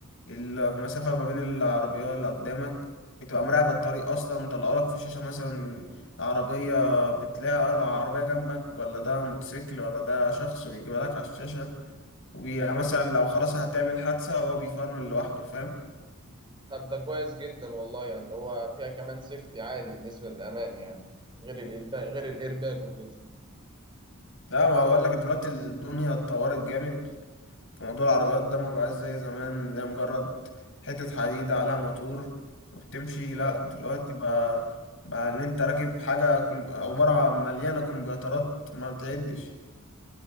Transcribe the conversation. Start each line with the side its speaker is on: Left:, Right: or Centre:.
Left: المسافة ما بين العربيات اللي قدامك بتبقى مراقبة الطريق أصلا مطلعوا لك في شاشة مثلا العربية بتلاقي لو عربية جنبك ولا ده موتوسيكل ولا ده شخص ويجيبها لك على الشاشة ومثلا لو خلاص هتعمل حادثة هو بيفرمل لوحده فاهم
Right: طب ده كويس جدا والله يعني اللي هو فيها كمان سيفتي عالي بالنسبة للأمان يعني غير الإيرباج غير الإيرباج وكده
Left: لا ما بقول لك دلوقتي الدنيا اتطورت جامد في موضوع العربيات ده ما بقاش زي زمان لا مجرد حتة حديد عليها موتور وبتمشي لا
Right: أيوة
Left: دلوقتي بقى بقى ان انت راكب حاجة كم... عبارة عن مليانة كمبيوترات ما بتعدش